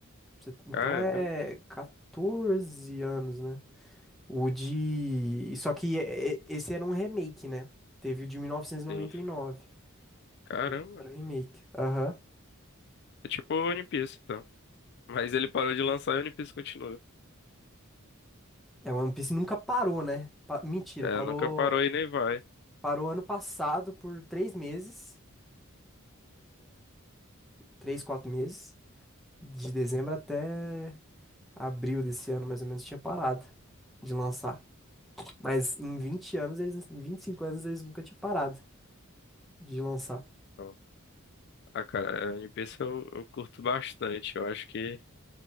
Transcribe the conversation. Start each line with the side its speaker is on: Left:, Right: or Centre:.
Centre: Você- Então
Left: Caramba,
Centre: é 14 anos, né? O de. Só que é- é- esse era um remake, né? Teve o de 1999.
Left: sim. Caramba.
Centre: Aí Fizeram o remake. Aham.
Left: É tipo o One Piece, então. Mas ele parou de lançar e o One Piece continua.
Centre: É, One Piece nunca parou, né? Pa- Mentira,
Left: É,
Centre: parou.
Left: nunca parou e nem vai.
Centre: Parou ano passado por três meses, três, quatro meses, de dezembro até abril desse ano, mais ou menos, tinha parado de lançar. Mas em 20 anos, eles, em 25 anos, eles nunca tinham parado de lançar.
Left: Então, Ah, cara, é, One Piece eu, eu curto bastante. Eu acho que